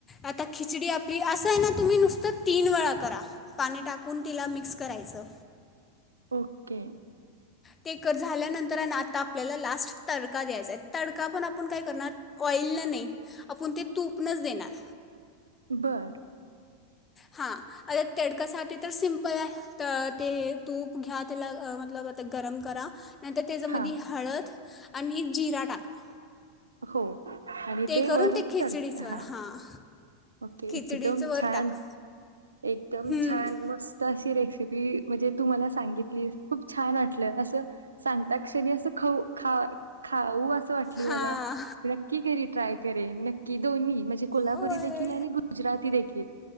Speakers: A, on the left; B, on the right.
A: आता खिचडी आपली असं आहे ना तुम्ही नुसतं तीन वेळा करा पाणी टाकून तिला मिक्स करायचं
B: ओके
A: ते कर झाल्यानंतर आता आपल्याला लास्ट तडका द्यायचा आहे तडका पण आपण काय करणार ऑइलन नाही आपण ते तूपनंच देणार.
B: बरं
A: हा अ तेडकासाठी तर सिम्पल आहे ते तूप घ्या त्याला मतलब गरम करा. नंतर त्याच्यामधी
B: हां,
A: हळद आणि जिरा टाका
B: हो आणि ते
A: करून
B: वरून
A: खिचडीचवर
B: तडत हा
A: हां
B: ओके
A: खिचडीचं
B: एकदम
A: वर
B: छान.
A: टाका
B: एकदम
A: हम्म,
B: छान मस्त अशी रेसिपी म्हणजे तू मला सांगितली खूप छान वाटलं असं सांगता क्षणी असं खाऊ खा खाऊ अस वाटली
A: हां
B: मला नक्की घरी ट्राय करेन नक्की दोन्ही म्हणजे कोल्हापुरी
A: होय
B: देखील आणि गुजराती देखील.